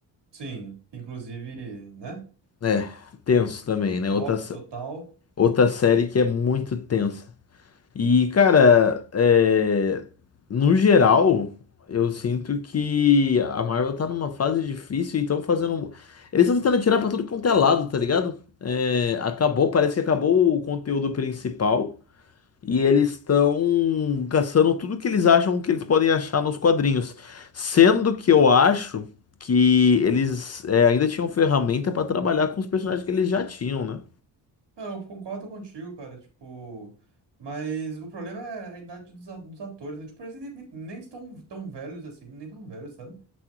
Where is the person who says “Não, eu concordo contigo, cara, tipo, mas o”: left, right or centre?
Right